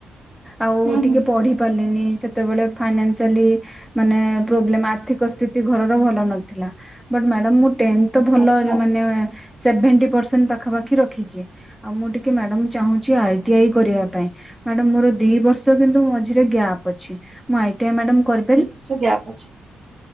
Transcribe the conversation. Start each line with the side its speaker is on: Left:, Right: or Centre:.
Centre: ଆଉ
Right: ହୁଁ
Centre: ଟିକେ
Right: ହୁଁ
Centre: ପଢି ପାରିଲିନି ସେ ସେତେବେଳେ ଫାଇନାନ୍ସିଆଲି ମାନେ ପ୍ରୋବ୍ଲେମ୍ ଆର୍ଥିକ ସ୍ଥିତି ଘରର ଭଲ ନଥିଲା। ବଟ୍ ମ୍ୟାଡାମ୍ ମୁଁ ଟେନଥ୍ ଭଲରେ
Right: ଆଚ୍ଛା
Centre: ମାନେ ସେଭେଣ୍ଟି ପର୍ସେଣ୍ଟ ପାଖାପାଖି ରଖିଛି ଆଉ ମୁଁ ଟିକିଏ ମ୍ୟାଡ଼ମ୍ ଚାହୁଁଛି ଆଇ ଟି ଆଇ କରିବା ପାଇଁ। ମ୍ୟାଡ଼ମ୍ ମୋର ଦି ବର୍ଷ କିନ୍ତୁ ମଝିରେ ଗ୍ୟାପ୍ ଅଛି ମୁଁ ଆଇ ଟି ଆଇ ମ୍ୟାଡ଼ମ୍ କରି
Right: ହୁଁ ସେ ଗ୍ୟାପ୍ ଅଛି।